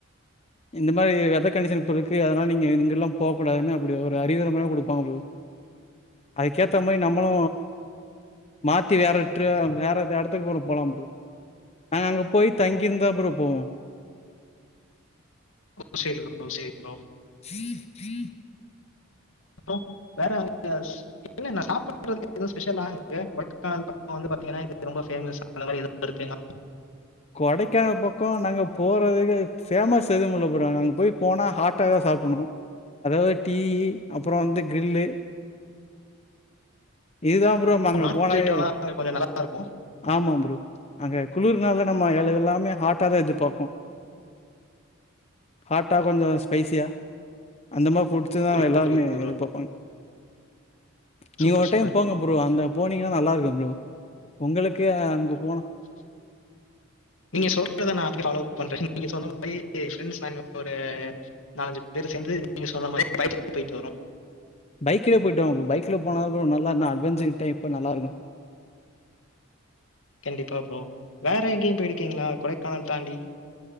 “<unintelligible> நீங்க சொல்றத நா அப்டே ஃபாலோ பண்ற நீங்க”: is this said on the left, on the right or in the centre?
Left